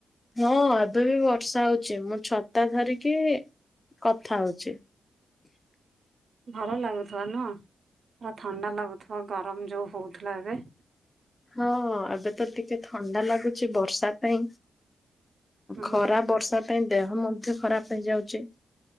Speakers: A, on the left; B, on the right.
A: ହଁ ଏବେ ବି ବର୍ଷା ହଉଛି, ମୁଁ ଛତା ଧରିକି କଥା ହଉଛି।
B: ଭଲ ଲାଗୁଥିବ ନୁହଁ? ପୁରା ଥଣ୍ଡା ଲାଗୁଥିବ ଗରମ ଯୋଉ ହୋଉଥିଲା ଏବେ।
A: ହଁ ଏବେ ତ ଟିକେ ଥଣ୍ଡା ଲାଗୁଛି ବର୍ଷା ପାଇଁ
B: ହୁଁ।
A: ଖରା ବର୍ଷା ପାଇଁ ଦେହ ମଧ୍ୟ ଖରାପ ହେଇଯାଉଛି।